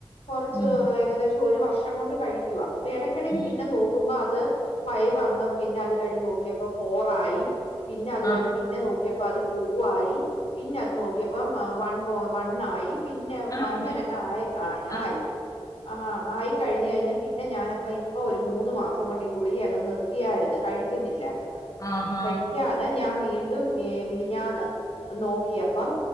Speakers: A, on the left; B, on the left.
A: കുറച്ച്
B: ഉം
A: ഏകദേശം ഒരു വർഷം കൊണ്ട് കഴിക്കുവാ അപ്പൊ എടക്കിടക്ക്
B: ഉം
A: പിന്നെ നോക്കുമ്പോ അത് ഫൈവ് അങ്ങ് പിന്നെ അത് കഴിഞ്ഞ് നോക്കിയപ്പോ ഫോറായി പിന്നെ അത് കഴിഞ്ഞ്
B: ആഹ്
A: പിന്നെ നോക്കിയപ്പോ അത് ടു ആയി പിന്നെ അത് നോക്കിയപ്പോം വൺ പോ വൺ ആയി പിന്നെ
B: ആഹ്
A: അങ്ങനെ അങ്ങ ആയി ആ
B: ആഹ്
A: ആയി ആ ആയിക്കഴിഞ്ഞഞ് കഴിഞ്ഞ പിന്നെ ഞൻ അപ്പ ഇപ്പൊ ഒരു മൂന്ന് മാസം കൊണ്ട് ഗുളി അങ്ങ് നിർത്തിയായിരുന്നു കഴിക്കുന്നില്ലായിരുന്നു
B: ആഹ് ആഹ്
A: കഴിക്കാ ഞാൻ വീണ്ടും മിനിഞ്ഞന്ന് നോക്കിയപ്പം